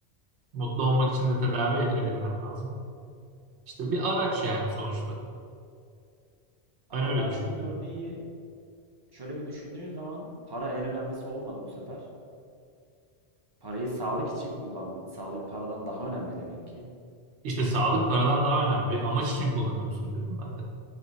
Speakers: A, on the right; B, on the right.
A: Mutlu olmak için de tedavi edilmen lazım. İşte bir araç yani sonuçta.
B: Ama
A: Ben öyle
B: verdiğin
A: düşünüyorum.
B: örneği şöyle bir düşündüğün zaman para en önemlisi olmadı bu sefer. Parayı sağlık için kullandın. Sağlık paradan daha önemli demek ki.
A: İşte sağlık paradan daha önemli. Bir amaç için kullanıyorsun diyorum ben de.